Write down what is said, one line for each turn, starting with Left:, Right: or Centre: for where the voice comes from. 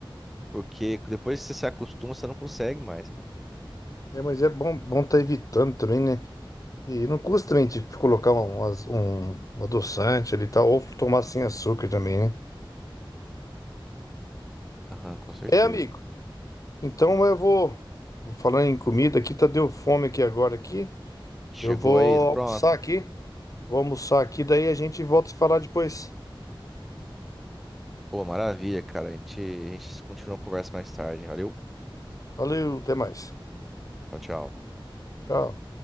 Centre: Porque depois que você se acostuma, você não consegue mais, cara.
Left: É, mas é bom, bom tá evitando também, né? E não custa também, tipo, colocar um, umas- um, um adoçante ali e tal, ou tomar sem açúcar também, né?
Centre: Aham, com certeza.
Left: É, amigo. Então eu vou, vou falando em comida aqui, tá deu fome aqui agora aqui.
Centre: Chegou
Left: Eu vou
Centre: aí, tá pronto.
Left: almoçar aqui. Vou almoçar aqui, daí a gente volta a se falar depois.
Centre: Pô, maravilha, cara. A gente, a gente continua a conversa mais tarde. Valeu.
Left: Valeu, até mais.
Centre: Tchau, tchau.
Left: Tchau.